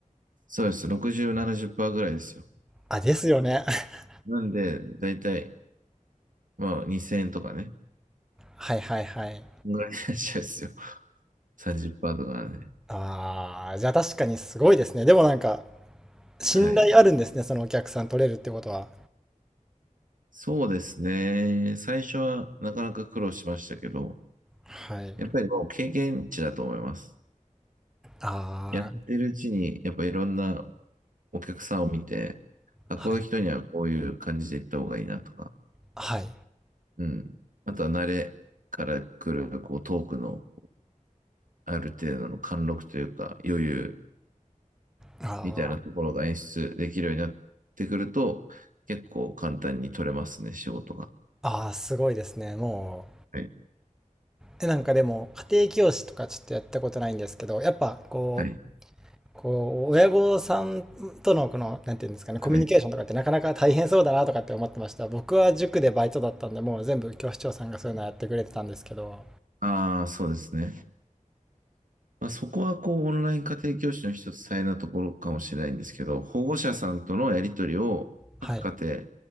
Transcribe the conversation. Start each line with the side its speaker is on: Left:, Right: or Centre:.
Right: そうです。60、70%ぐらいですよ。
Centre: あですよね <laughs>
Right: なんで、だいたい、まあ、2000円とかね。
Centre: はいはいはい
Right: ぐらいになっちゃうんですよ。30%とかね。
Centre: あーじゃあ確かにすごいですねでもなんか信頼あるんですねそのお客さん取れるってことは
Right: はい。そうですね。最初はなかなか苦労しましたけど、
Centre: はい
Right: やっぱりもう経験値だと思います。
Centre: あ
Right: やってるうちに、やっぱいろんなお客さんを見て、あ、
Centre: あはい
Right: こういう人にはこういう感じで行った方がいいなとか、
Centre: はい
Right: うん。あとは慣れから来る、こう、トークのある程度の貫禄というか余裕
Centre: あー
Right: みたいなところが演出できるようになってくると、結構簡単に取れますね、仕事が。
Centre: ああすごいですねも
Right: はい。
Centre: えなんかでも家庭教師とかちょっとやったことないんですけどやっぱこう
Right: はい。
Centre: こう親御さんとのこのなんていうんですかねコミュニケーションとかってなかなか大変そうだなとかって思ってました僕は塾でバイトだったんでもう全部教師長さんがそういうのやってくれてたんですけど
Right: はい。ああ、そうですね。まあ、そこはこうオンライン家庭教師の一つ大変なところかもしれないんですけど、保護者さんとのやり取りを各家庭
Centre: はい